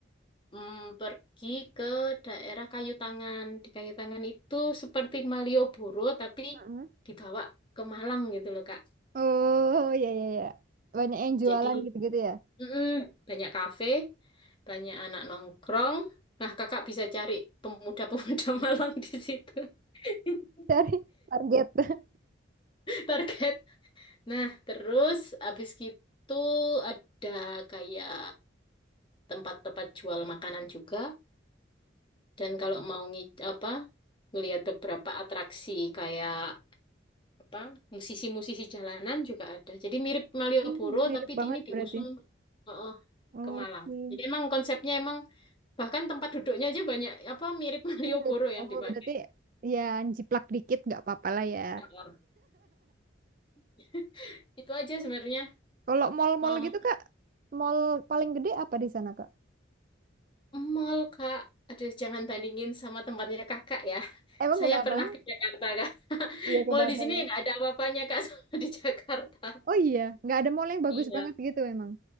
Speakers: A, on the left (about 25°); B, on the right (about 45°).
A: mm, pergi ke daerah Kayu Tangan. Di Kayu Tangan itu seperti Malioboro, tapi
B: Heeh.
A: dibawa ke Malang gitu loh, Kak.
B: Oh iya iya iya. Banyak yang jualan
A: Jadi,
B: gitu-gitu ya.
A: mm, banyak kafe, banyak anak nongkrong. Nah, kakak bisa cari pemuda-pemuda <laughs> Malang di situ. <laughs>
B: Dari Target. <laughs>
A: Target. Nah, terus habis gitu ada kayak tempat-tempat jual makanan juga. Dan kalau mau ngi apa ngelihat beberapa atraksi kayak apa musisi-musisi jalanan juga ada. Jadi mirip Malioboro
B: Hmm, Mirip
A: tapi
B: banget
A: di ini diusung
B: berarti.
A: oh, oh,
B: Oke.
A: ke Malang. Jadi emang konsepnya emang bahkan tempat duduknya aja banyak apa mirip <laughs> Malioboro
B: Mirip.
A: yang
B: Oh
A: dipakai.
B: berarti ya jiplak dikit nggak apa-apa lah ya.
A: Ya Allah. <laughs> Itu aja sebenarnya.
B: Kalau mall-mall
A: Om,
B: gitu kak, mall paling gede apa di sana kak?
A: mall Kak. Aduh, jangan bandingin sama tempatnya Kakak ya. <laughs>
B: Emang
A: Saya
B: kenapa?
A: pernah ke Jakarta, Kak. <laughs>
B: Iya kenapa
A: Mall di sini
B: ya?
A: nggak ada apa-apanya, Kak, <laughs> sama di Jakarta.
B: Oh iya, nggak ada mall yang bagus
A: Iya.
B: banget gitu emang.